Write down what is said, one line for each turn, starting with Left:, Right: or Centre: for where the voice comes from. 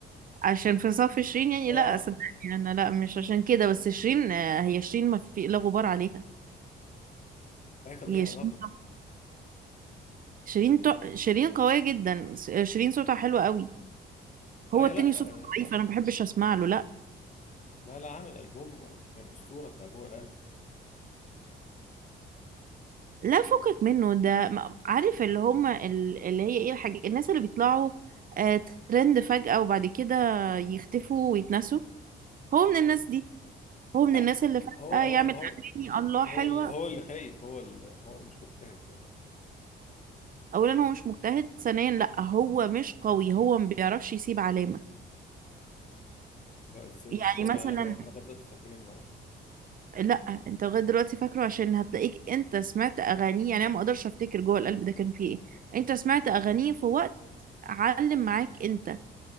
Right: عشان في صف شيرين
Left: <laughs>
Right: يعني
Left: اه
Right: لا صدقني أنا لا مش عشان كده بس شيرين آه، هي شيرين ما في لا غبار عليها
Left: اي طب
Right: هي
Left: ايه العلاقه
Right: شيرين شيرين, تع- شيرين قوية جدا س- شيرين صوتها حلو قوي
Left: اي
Right: هو التاني
Left: لا
Right: صوته
Left: آه،
Right: ضعيف انا ما بحبش اسمع له لا
Left: لا لا عامل البوم كان اسطوره بتاع جوه القلب ده
Right: لا فكك منه ده م- عارف اللي هم ال- اللي هي ايه الحاجة الناس اللي بيطلعوا آه، ترند فجأة وبعد كده يختفوا ويتنسوا هو من الناس دي هو من
Left: لا
Right: الناس اللي فجأة
Left: هو هو
Right: يعمل
Left: هو
Right: أغاني الله
Left: هو
Right: حلوة
Left: اللي هو اللي خايب هو اللي هو اللي مش مجتهد يعني
Right: أولا هو مش مجتهد ثانيا لا هو مش قوي هو ما بيعرفش يسيب علامة
Left: لا ازاي
Right: يعني
Left: مش سايب علامه
Right: مثلا
Left: هو احنا لغايه دلوقتي فاكرين له
Right: لا انت لغاية دلوقتي فاكره عشان هتلاقيك انت سمعت أغانيه يعني أنا ما أقدرش أفتكر جوه القلب ده كان فيه ايه انت سمعت أغانيه في وقت علم معاك انت